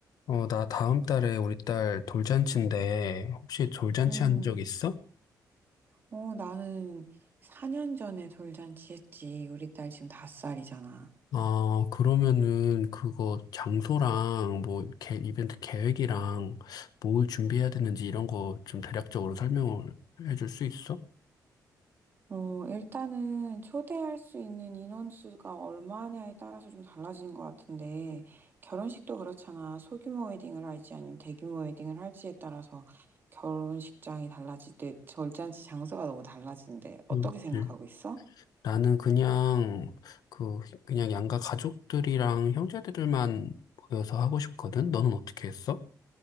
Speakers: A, on the left; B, on the right.
A: 어, 나 다음 달에 우리 딸 돌잔치인데, 혹시 돌잔치
B: 음,
A: 한 음. 적 있어?
B: 어, 나는 4년 전에 돌잔치 했지. 우리 딸 지금 5살이잖아.
A: 어, 그러면은 그거 장소랑 뭐, 개, 이벤트 계획이랑 뭘 준비해야 되는지 이런 거 좀 대략적으로 설명을 해줄 수 있어?
B: 어, 일단은 초대할 수 있는 인원수가 얼마냐에 따라서 좀 달라지는 것 같은데, 결혼식도 그렇잖아. 소규모 웨딩을 할지 아니면 대규모 웨딩을 할지에 따라서 결혼식장이 달라지듯 돌잔치 장소가 너무 달라진데 어떻게
A: 응.
B: 생각하고
A: 응.
B: 있어?
A: 나는 그냥, 그, 그냥 양가 가족들이랑 형제들만 모여서 하고 싶거든? 너는 어떻게 했어?